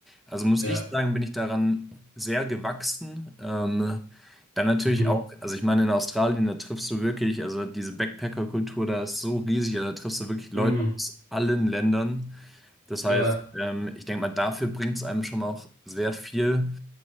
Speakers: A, in the centre; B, on the right.
A: also muss
B: ja,
A: ich sagen, bin ich daran sehr gewachsen. Ähm, dann natürlich
B: mhm,
A: auch, also ich meine, in Australien, da triffst du wirklich, also diese Backpacker-Kultur, da ist so riesig, also da triffst du wirklich Leute
B: hm,
A: aus allen Ländern. Das heißt,
B: ja,
A: ähm, ich denke mal, dafür bringt es einem schon auch sehr viel.